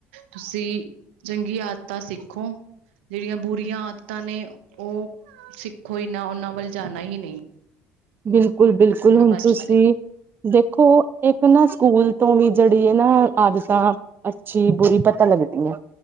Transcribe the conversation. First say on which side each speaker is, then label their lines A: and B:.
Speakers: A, on the right (about 85°); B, on the right (about 35°).
A: ਤੁਸੀਂ ਚੰਗੀ ਆਦਤਾਂ ਸਿੱਖੋ। ਜੇੜੀਆਂ ਬੁਰੀਆਂ ਆਦਤਾਂ ਨੇ ਓ ਸਿੱਖੋ ਈ ਨਾ, ਓਨਾਂ ਵੱਲ ਜਾਣਾ ਈਂ ਨਈਂ।
B: ਬਿਲਕੁਲ-ਬਿਲਕੁਲ ਹੁਨ
A: ਬਾਰੇ
B: ਤੁਸੀਂ ਦੇਖੋ ਇੱਕ ਨਾ ਸਕੂਲ ਤੋਂ ਵੀ ਜੇੜੀ ਏਨਾ ਆਦਤਾਂ ਅੱਛੀ-ਬੁਰੀ ਪਤਾ ਲੱਗਦੀ ਐ